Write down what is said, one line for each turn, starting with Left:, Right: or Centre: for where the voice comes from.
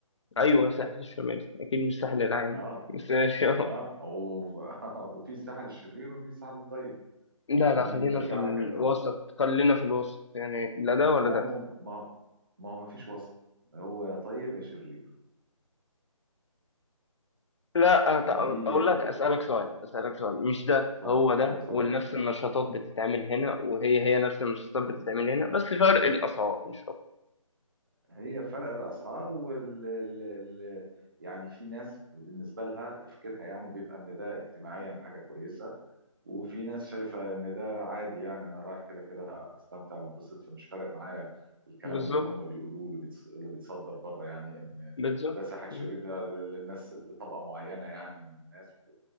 Left: ايوه ساحل الشمال اكيد مش الساحل العام
Right: اه
Left: بس <laughs>
Right: اه و... <laughs> وفي الساحل الشرير وفي الساحل الطيب
Left: لا
Right: آه،
Left: لا
Right: دي
Left: خلينا
Right: بترجع
Left: في الوسط
Right: لك أنت بقى
Left: خلينا في الوسط يعني لا ده ولا
Right: لا
Left: ده
Right: ما هو- ما ما هو ما فيش وسط هو يا طيب يا شرير
Left: لا
Right: فدي
Left: أت- اقول
Right: آه،
Left: لك اسالك سؤال اسالك سؤال مش ده
Right: اتفضل
Left: هو ده
Right: اتفضل
Left: ونفس النشاطات بتتعمل هنا وهي هي نفس النشاطات بتتعمل هنا بس فرق الاسعار مش اكتر
Right: هي فرق الاسعار وال ال- ال- يعني في ناس بالنسبه لها تفكيرها يعني بيبقى ان ده اجتماعيا حاجه كويسه وفي ناس شايفه ان ده عادي يعني انا رايح كده كده استمتع وانبسط فمش فارق معايا الكلام
Left: بالظبط
Right: اللي هم بيقولوه اللي بيتص- اللي بيتصدر بره يعني ان
Left: بالظبط
Right: ده ساحل
Left: مم.
Right: شرير ده للناس لطبقه معينه يعني من الناس